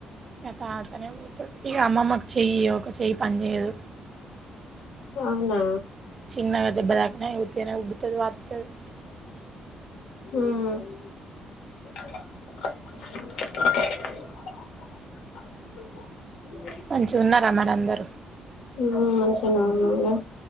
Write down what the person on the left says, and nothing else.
అవునా
ఉమ్ <inaudible>
ఉమ్ మంచిగనే ఉన్నామురా